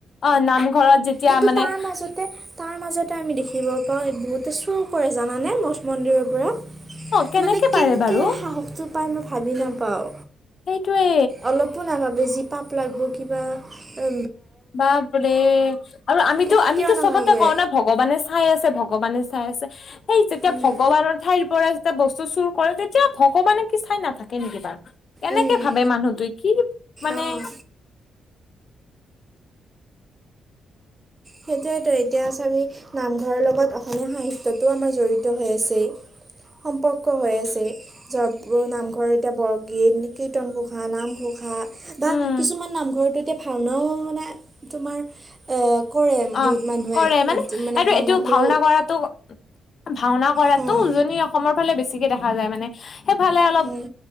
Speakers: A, on the left; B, on the right.
A: অ', নামঘৰত যেতিয়া
B: কিন্তু
A: মানে
B: তাৰ মাজতে তাৰ মাজতে আমি দেখিব পাওঁ বহুতে চুৰ কৰে জানানে মঠ মন্দিৰৰ পৰা।
A: অ
B: মানে কেনেকে
A: পাৰে বাৰু
B: সাহসটো পাই মই ভাবি নাপাও।
A: সেইটোৱে
B: অলপো নাভাবে যি পাপ লাগব কিবা উ
A: বাপৰে আৰু আমিতো
B: কেতিয়াও
A: আমিতো
B: নাভাবে
A: চবতে কওঁ ন ভগৱানে চাই আছে ভগৱানে চাই আছে সেই যেতিয়া
B: উম,
A: ভগৱানৰ ঠাইৰ পৰা এটা বস্তু চুৰ কৰে তেতিয়া ভগৱানে কি চাই নাথাকে নেকি বাৰ কেনেকে
B: উম,
A: ভাবে মানুহটৱে কি মানে
B: অঁ সেইটোৱটো এতিয়া চাবি নামঘৰৰ লগত অসমীয়া সাহিত্যটো আমাৰ জড়িত হৈ আছেই। সম্পৰ্ক হৈ আছে <unintelligible> নামঘৰ এতিয়া বৰগীত, কীৰ্তন ঘোষা নামঘোষা বা
A: উম
B: কিছুমান নামঘৰ এতিয়া ভাওনাও মানে তোমাৰ এ কৰে বহুত
A: অ',
B: মানুহে
A: কৰে মানে
B: উদ-
A: এইটো
B: ভাওনাটো
A: এইটো ভাওনা কৰাটো ভাওনা কৰাতো
B: অঁ
A: উজনি অসমৰ ফালে বেছিকে দেখা যায় মানে, সেইফালে অলপ
B: উম,